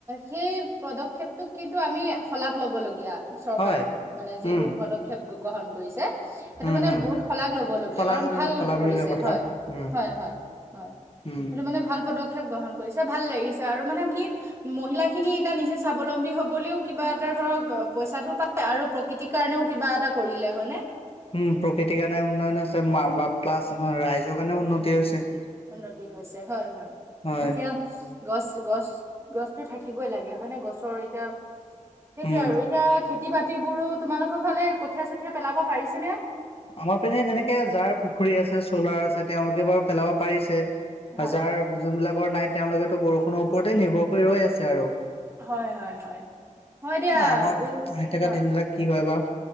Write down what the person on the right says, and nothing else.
সেই পদক্ষেপটোক কিন্তু আমি শলাগ লব লগগীয়া চৰকাৰৰ
মানে যিটো
পদক্ষেপ গ্ৰহণ কৰিছে সেইটো
মানে
বহুত শলাগ ল'ব লগগীয়া
কাৰণ ভাল
কৰিছে
হয়
হয় হয় হয়
সেইটো মানে ভাল পদক্ষেপ গ্ৰহণ কৰিছে ভাল লাগিছে আৰু মানে কি মহিলা খিনি এতিয়া নিজে স্বাৱলম্বী হবলেও কিবা এটা ধৰক পইচাটো পায় আৰু প্ৰকৃতিৰ কাৰণেও কিবা এটা কৰিলে হয়নে
উন্নতি হৈছে হয় হয়
এতিয়া গছ গছ গছতো থাকিবই লাগে হয় নে গছৰ এতিয়া সেইটোয়ে
আৰু এতিয়া খেতি বাতি বোৰো তোমালোকৰ ফালে কঠীয়া চঠীয়া পেলাব পাৰিছে নে
হয়
হয়
হয় হয় হয় হয় দিয়া
বে-
হয়